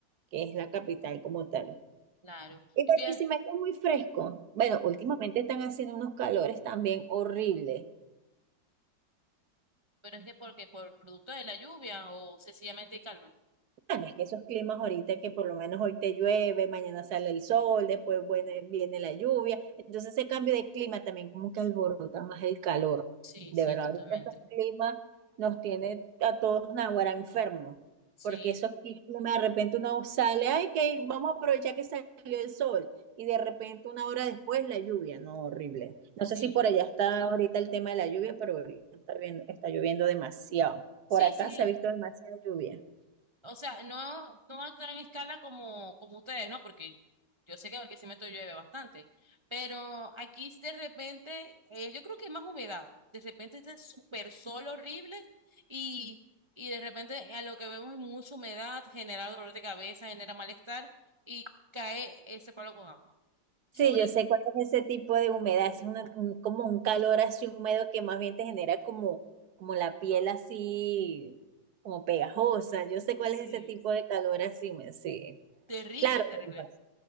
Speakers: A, on the right; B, on the right.
A: que es la capital como tal.
B: claro.
A: El
B: Y
A: Barquisimeto
B: fíjate,
A: es muy fresco. Bueno, últimamente están haciendo unos calores también horribles.
B: pero es que porque por producto de la lluvia o sencillamente el calor.
A: Bueno, es que esos climas ahorita que por lo menos hoy te llueve, mañana sale el sol, después bueno, viene la lluvia, entonces ese cambio de clima también como que alborota más el calor.
B: Sí,
A: De
B: sí,
A: verdad,
B: totalmente.
A: ahorita esos climas nos tiene a todos naguará enfermos,
B: Sí,
A: porque esos climas de repente uno sale, ay, que vamos a aprovechar que salió el sol, y de repente
B: ¿Mm?
A: una hora después la lluvia, no, horrible. No
B: sí,
A: sé si por allá está ahorita el tema de la lluvia, pero ahorita está, viendo- está lloviendo demasiado.
B: sí,
A: Por acá
B: sí.
A: se ha visto demasiada lluvia.
B: O sea, no, no a gran escala como, como ustedes, ¿no? Porque yo sé que Barquisimeto llueve bastante, pero aquí de repente, eh, yo creo que es más humedad. De repente está súper sol horrible y, y de repente a lo que vemos es mucha humedad, genera dolor de cabeza, genera malestar y cae ese palo con agua. Sobre,
A: Sí, yo sé cuál es ese tipo de humedad, es una- un- como un calor así húmedo que más bien te genera como, como la piel así, como pegajosa. Yo sé cuál
B: sí,
A: es ese tipo de calor así húmedo, sí.
B: terrible,
A: Claro,
B: es terrible,
A: lo que pasa,